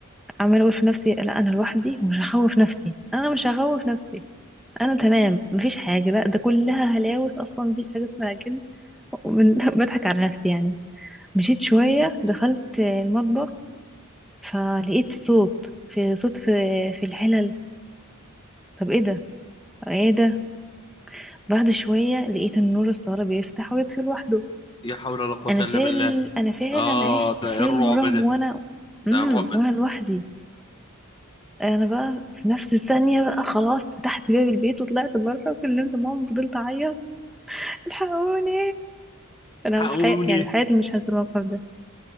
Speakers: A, in the centre; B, on the left (about 20°).
A: عمال اقول في نفسي لا انا لوحدي ومش هخوف نفسي انا مش هخوف نفسي انا تمام مفيش حاجه لا ده كلها هلاوس اصلا مفيش حاجه اسمها جن ومن- <laughs> بضحك على نفسي يعني مشيت شويه دخلت المطبخ فلقيت صوت في صوت في في الحلل طب ايه ده ايه ده بعد شويه لقيت النور الصاله بيفتح ويطفي لوحده
B: يا حول ولا قوه
A: انا
B: الا
A: فعل
B: بالله
A: انا فعلا
B: اه
A: عشت
B: ده
A: فيلم
B: إيه الرعب
A: رعب
B: ده
A: وانا
B: ده
A: امم
B: رعب ده
A: وانا لوحدي انا بقى في نفس الثانية بقى خلاص فتحت باب البيت وطلعت بره وكلمت ماما وفضلت اعيط الحقوني انا
B: حقوني
A: بحي... يعني في حياتي مش هنسى الموقف ده